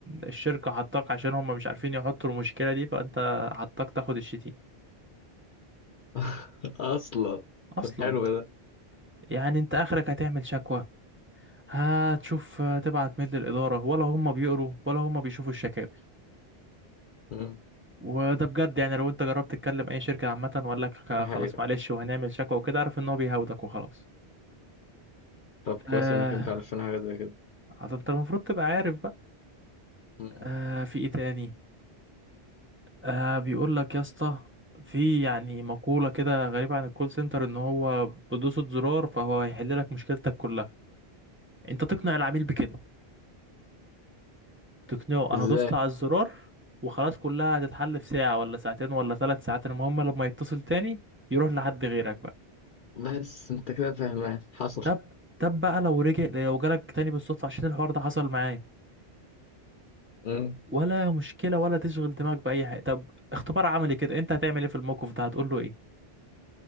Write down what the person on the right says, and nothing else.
الشركة حطاك عشان هم مش عارفين يحطوا المشكلة دي فانت حطاك تاخد الشتيم
اصلا
يعني انت اخرك هتعمل شكوى هتشوف تبعت ميل للإدارة ولا هم بيقروا ولا هم بيشوفوا الشكاوي
وده بجد يعني لو انت جربت تتكلم اي شركة عامة وقال لك
خلاص معلش وهنعمل شكوى وكده عارف ان هو بيهاودك وخلاص
آه
ده انت المفروض تبقى عارف بقى
آه في ايه تاني آه بيقول لك يا اسطى في يعني مقولة كده غريبة عن الكول سنتر ان هو بدوسة زرار فهو هيحل لك مشكلتك كلها انت تقنع العميل بكده تقنعه انا
دوست على الزرار وخلاص كلها هتتحل في ساعة ولا ساعتين ولا ثلاث ساعات المهم لما يتصل تاني يروح لحد غيرك بقى
طب طب بقى لو رجع لو جالك تاني بالصدفة عشان الحوار ده حصل معايا
ولا مشكلة ولا تشغل دماغك بأي حاجة طب اختبار عملي كده انت هتعمل ايه في الموقف ده هتقول له ايه